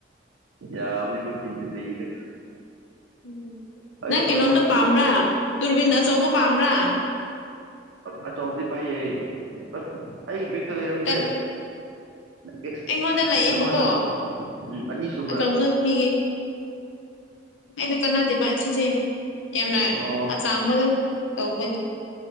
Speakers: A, on the right (about 80°); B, on the left (about 85°).
A: ꯌꯥꯕꯅꯦ ꯈꯣꯏ ꯇꯤꯝ ꯖꯦ ꯅꯩꯔꯦ
B: ꯎꯝ
A: ꯑꯩꯗꯣ
B: ꯅꯪ
A: ꯀꯩꯅꯣꯃ
B: ꯀꯩꯅꯣꯝꯗꯣ
A: ꯊꯤꯕ
B: ꯄꯥꯝꯕ꯭ꯔꯥ ꯇꯨꯔꯕꯤꯟ ꯑꯆꯧꯕ ꯄꯥꯝꯕ꯭ꯔꯥ
A: ꯑꯆꯧꯕꯗꯤ ꯄꯥꯏꯌꯦ ꯑꯩ ꯑꯦ ꯑꯩ ꯕꯦꯛꯇꯥ ꯂꯩꯔꯝꯗ꯭ꯔꯦ
B: ꯇꯟ-
A: ꯑꯦꯛꯁ
B: ꯑꯩꯉꯣꯟꯗ ꯂꯩꯌꯦꯕꯀꯣ
A: ꯀꯩꯅꯣꯃꯔꯥ ꯎꯝ ꯑꯅꯤ ꯁꯨꯕ꯭ꯔꯥ
B: ꯑꯆꯧꯕꯗꯣ ꯄꯤꯒꯦ ꯑꯩꯗ ꯀꯅꯥꯗꯦꯕ ꯑꯁꯤꯁꯦ ꯌꯥꯝꯅ
A: ꯑꯣ
B: ꯑꯆꯥꯡꯕꯒꯩ ꯇꯧꯕꯒꯤ